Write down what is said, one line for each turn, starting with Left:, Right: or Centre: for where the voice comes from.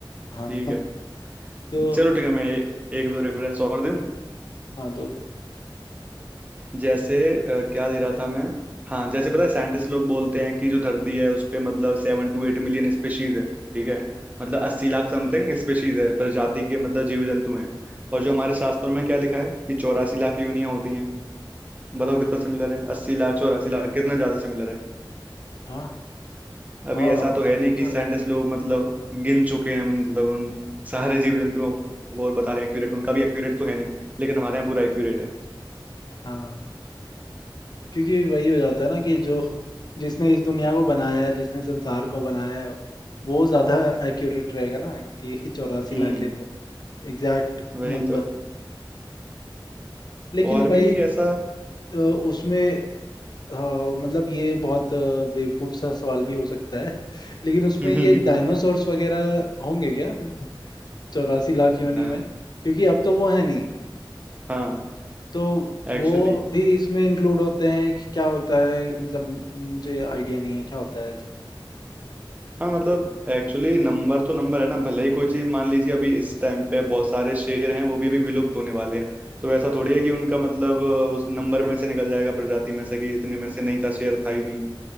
Left: हाँ
Right: ठीक
Left: <laughs>
Right: है
Left: तो
Right: चलो ठीक है मैं ए, एक दो रेफरेंस और दूं
Left: हाँ दो दो
Right: जैसे अ, क्या दे रहा था मैं हाँ जैसे पता है साइंटिस्ट लोग बोलते हैं कि जो धरती है उस पे मतलब seven to eight million species है ठीक है मतलब अस्सी लाख समथिंग स्पेशीज है प्रजाति के मतलब जीव जंतु हैं और जो हमारे शास्त्रों में क्या लिखा है कि चौरासी लाख योनियां होती हैं बताओ कितना
Left: हम्म,
Right: सिमिलर
Left: हम्म,
Right: है अस्सी लाख चौरासी लाख कितना ज्यादा सिमिलर है
Left: हाँ
Right: अभी
Left: हाँ
Right: ऐसा तो है
Left: ये
Right: नहीं कि
Left: तो
Right: साइंटिस्ट
Left: है
Right: लोग मतलब गिन चुके हैं मतलब उन सारे जीव जंतुओं को और बता रहे हैं एक्यूरेट उनका भी एक्यूरेट तो है नहीं लेकिन हमारे यहाँ पूरा एक्यूरेट है
Left: हाँ क्योंकि वही हो जाता है ना कि जो जिसने इस दुनिया को बनाया है जिसने संसार को बनाया है वो ज्यादा एक्यूरेट रहेगा ना कि <laughs> चौरासी
Right: हम्म
Left: लाख है तो एग्जैक्ट
Right: वही
Left: नंबर
Right: तो
Left: लेकिन
Right: और
Left: भाई
Right: भी ऐसा
Left: अ, उसमें अ, मतलब ये बहुत अ, बेवकूफ सा सवाल भी हो सकता है <laughs> लेकिन उसमें
Right: हम्म
Left: ये डायनासोर्स वगैरह होंगे क्या <laughs> चौरासी लाख
Right: <laughs>
Left: योनि में क्योंकि अब तो वो है नहीं
Right: हाँ
Left: तो वो
Right: एक्चुअली
Left: भी इसमें इंक्लूड होते हैं कि क्या होता है मतलब मुझे आइडिया नहीं है क्या होता है ऐसा
Right: हाँ मतलब एक्चुअली नंबर तो नंबर है ना भले ही कोई चीज मान लीजिए अभी इस टाइम पे बहुत सारे शेर हैं वो भी अभी विलुप्त होने वाले हैं तो ऐसा थोड़ी है कि उनका मतलब उस नंबर में से निकल जाएगा प्रजाति में से कि इतने में से नहीं था शेर था ही नहीं